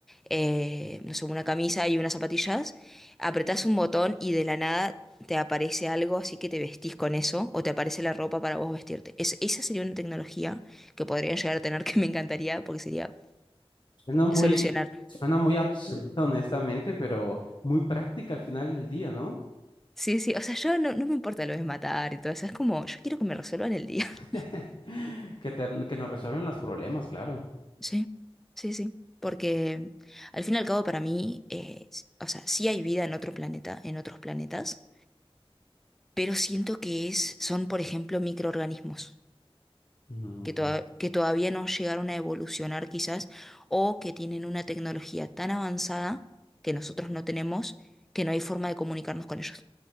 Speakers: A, in the centre; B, on the left (about 50°).
A: eh, no sé, una camisa y unas zapatillas. Apretás un botón y de la nada te aparece algo, así que te vestís con eso, o te aparece la ropa para vos vestirte. Es- esa sería una tecnología que podrían llegar a tener <laughs> que me encantaría porque sería
B: Suena muy,
A: solucionar.
B: suena muy absurdo, honestamente, pero muy práctica al final del día, ¿no?
A: Sí, sí, o sea, yo no, no me importa lo de matar y todo eso, es como, yo quiero que me resuelvan el día.
B: <laughs>
A: <laughs>
B: Que, te- que nos resuelven los problemas, claro.
A: Sí, sí, sí, porque al fin y al cabo para mí, eh, s- o sea, sí hay vida en otro planeta, en otros planetas, pero siento que es, son, por ejemplo, microorganismos
B: Mm.
A: que, toda- que todavía no llegaron a evolucionar quizás o que tienen una tecnología tan avanzada que nosotros no tenemos que no hay forma de comunicarnos con ellos.